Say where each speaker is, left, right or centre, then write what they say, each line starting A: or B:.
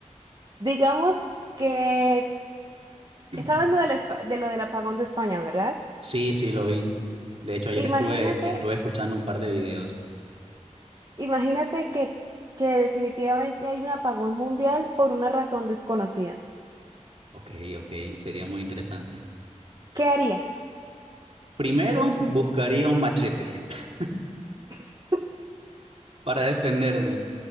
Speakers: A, on the right (about 35°); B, on the right (about 50°).
A: Digamos que,
B: <clears throat>
A: ¿sabes lo del, espa- de lo del apagón de España, verdad?
B: Sí, sí, lo vi. De hecho, ayer
A: Imagínate,
B: estuve, estuve escuchando un par de videos.
A: imagínate que, que definitivamente hay un apagón mundial por una razón desconocida.
B: Ok, ok, sería muy interesante.
A: ¿Qué harías?
B: Primero, buscaría un machete <laughs>
A: <laughs>
B: para defenderme.